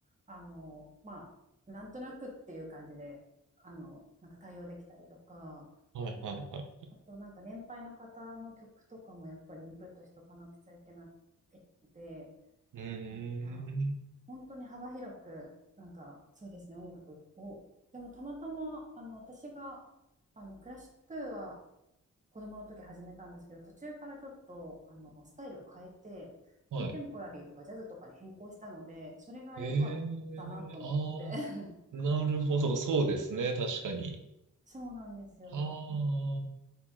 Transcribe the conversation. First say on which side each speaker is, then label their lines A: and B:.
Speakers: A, on the right; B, on the right.
A: あの、まあ、なんとなくっていう感じで、あの、なんか対応できたりとか、
B: い、はい、はい。
A: あとなんか年配の方の曲とかもやっぱりインプットしとかなくちゃいけなくて、
B: うーん。
A: なんか本当に幅広く、なんか、そうですね、音楽を。でも、たまたま、あの、私が、あの、クラシックは子供の時始めたんですけど、途中からちょっと、あの、スタイルを変えて、
B: はい。
A: コンテンポラリーとかジャズとかに変更したので、それが良かったなと思って。
B: ええああ、
A: <laughs>
B: なるほど、そうですね、確かに。
A: そうなんですよ。
B: は
A: あの